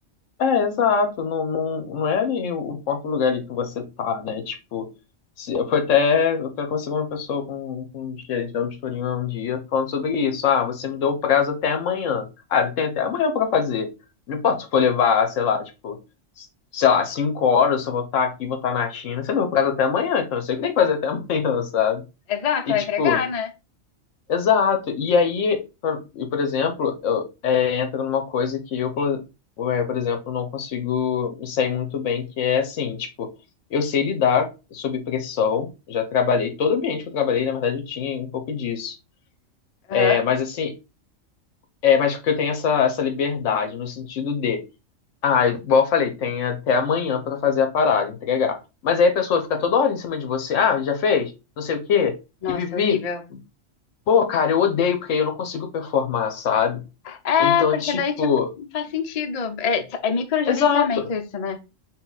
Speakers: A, on the left; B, on the left.
A: É, exato. Não, não, não é ali o o próprio lugar ali que você tá, né? Tipo, se, eu fui até, eu até conversei com uma pessoa, com, com um gerente da auditoria um dia, falando sobre isso. Ah, você me deu o prazo até amanhã. Cara, eu tenho até amanhã pra fazer. Não importa se for levar, sei lá, tipo, s- sei lá, cinco horas, se eu vou estar aqui, vou estar na China. Você me deu o prazo até amanhã, então eu sei que tem que fazer até <laughs> amanhã, sabe?
B: Exato,
A: E,
B: vai
A: tipo,
B: entregar, né?
A: Exato. E aí, por, e, por exemplo, eu, é, entra numa coisa que eu, por, é, por exemplo, não consigo me sair muito bem, que é assim, tipo, eu sei lidar sob pressão, já trabalhei, todo ambiente que eu trabalhei, na verdade, eu tinha um pouco disso.
B: Aham.
A: É, mas assim, é, mas porque eu tenho essa, essa liberdade no sentido de, ah, igual eu falei, tem até amanhã pra fazer a parada, entregar. Mas aí a pessoa fica toda hora em cima de você, ah, já fez? Não sei o quê.
B: Nossa,
A: E vivi.
B: é horrível.
A: Pô, cara, eu odeio porque eu não consigo performar, sabe?
B: É,
A: Então,
B: porque
A: tipo,
B: daí, tipo, não faz sentido. É, é microgerenciamento
A: exato.
B: isso, né?